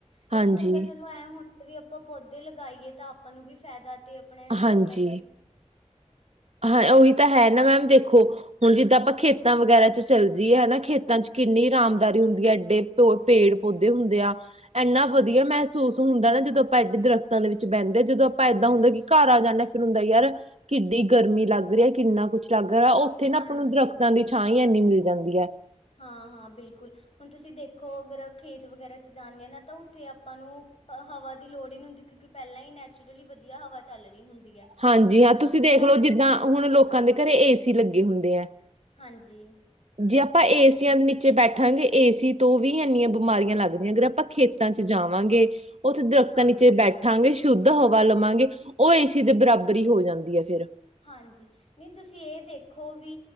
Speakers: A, on the left; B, on the right.
A: ਏ
B: ਹਾਂਜੀ
A: ਤੋਂ ਚੰਗਾ ਚਲ ਓ ਐਂ ਹੂੰਦੈ ਵੀ ਅਪਾਂ ਪੌਦੇ ਲਗਾਈਏ ਤਾ ਆਪਾਂ ਨੂੰ ਵੀ ਫੈਦਾ ਤੇ ਅਪਣਾ ਇਨਵਾਰਮੈਂਟ
B: ਹਾਂਜੀ
A: ਵੀ
B: ਹਾਂ ਓਈ ਤਾ ਹੈ ਨਾ ਮੈਮ ਦੇਖੋ ਹੁਨ ਜਿੱਦਾਂ ਆਪਾਂ ਖੇਤਾਂ ਵਗੈਰਾ ਚ ਚੱਲਜੀਏ ਹਨਾ ਖੇਤਾਂ ਚ ਕਿੰਨੀ ਆਰਾਮਦਾਰੀ ਹੁੰਦੀ ਐ, ਐਡੇ ਤੋ ਪੇੜ, ਪੌਧੇ ਹੁੰਦੇ ਆ ਐਨਾ ਵਦੀਆ ਮੈਹਸੂਸ ਹੁੰਦਾ ਨਾ, ਜਦੋਂ ਅਪਾਂ ਏਡੇ ਦਰਖਤਾਂ ਦੇ ਵਿੱਚ ਬੈਂਦੇ, ਜਦੋਂ ਅਪਾਂ ਏਦਾਂ ਹੁੰਦਾ ਕਿ ਘਰ ਆ ਜਾਂਨੇ ਆ ਫਿਰ ਹੁੰਦੈ ਯਾਰ ਕਿੱਡੀ ਗਰਮੀ ਲਾੱਗ ਰੀ ਏ, ਕਿੰਨਾ ਕੁੱਛ ਲਾੱਗ ਰਾ, ਓਥੇ ਨਾ
A: ਹਾਂਜੀ,
B: ਅਪਾਂ ਨੂੰ ਦਰਖ਼ਤਾਂ ਦੀ ਛਾਂ ਈ ਐਨੀ ਮਿਲ ਜਾਂਦੀ ਐ।
A: ਹਾਂ, ਹਾਂ ਬਿਲਕੁਲ। ਹੁਨ ਤੂਸੀ ਦੇਖੋ ਅਗਰ ਖੇਤ ਵਗੈਰਾ ਚ ਜਾਂਨੇ ਆਂ ਨਾ, ਤਾ ਉਥੇ ਅਪਾਂ ਨੂੰ ਹ ਹਵਾ ਦੀ ਲੋੜ ਈ ਨੀ ਹੁੰਦੀ ਕਿਉਂਕਿ ਪਹਿਲਾਂ ਹੀ ਨੈਚੁਰਲੀ ਵਧੀਆ ਹਵਾ ਚੱਲ ਰਹੀ ਹੁੰਦੀ ਹੈ।
B: ਹਾਂਜੀ ਹਾਂ
A: ਆਪਾਂ
B: ਤੁਸੀਂ
A: ਬਿਨਾਂ
B: ਦੇਖ ਲਓ ਜਿੱਦਾਂ ਹੁਣ ਲੋਕਾਂ ਦੇ ਘਰੇ ਏ ਸੀ ਲੱਗੇ ਹੁੰਦੇ ਹੈ।
A: ਹਾਂਜੀ
B: ਜੇ ਆਪਾਂ ਏਸੀਆਂ ਦੇ ਨੀਚੇ ਬੈਠਾਂਗੇ ਏਸੀ ਤੋਂ ਵੀ ਇੰਨੀਆਂ ਬਿਮਾਰੀਆਂ ਲੱਗਦੀਆਂ। ਆਪਾਂ ਖੇਤਾਂ 'ਚ ਜਾਵਾਂਗੇ। ਉੱਥੇ ਦਰਖ਼ਤਾਂ
A: ਹਾਂਜੀ,
B: ਨੀਚੇ ਬੈਠਾਂਗੇ ਸ਼ੁੱਧ ਹਵਾ ਲਵਾਂਗੇ ਉਹ ਏ ਸੀ ਦੇ ਬਰਾਬਰ ਹੀ ਹੋ ਜਾਂਦੀ ਹੈ ਫਿਰ
A: ਹਾਂਜੀ ਨਹੀਂ ਤੁਸੀਂ ਇਹ ਦੇਖੋ ਵੀ